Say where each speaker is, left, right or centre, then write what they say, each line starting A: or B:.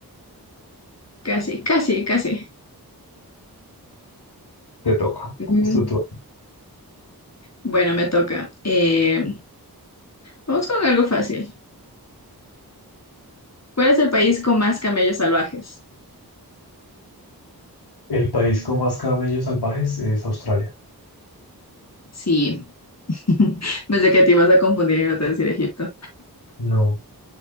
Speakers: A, on the left; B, on the left.
A: casi, casi, casi.
B: Te toca.
A: Mm,
B: Esto tú.
A: Bueno, me toca. Eh, vamos con algo fácil. ¿Cuál es el país con más camellos salvajes?
B: El país con más camellos salvajes es Australia.
A: Sí, <laughs> pensé que te ibas a confundir y ibas a decir Egipto.
B: No.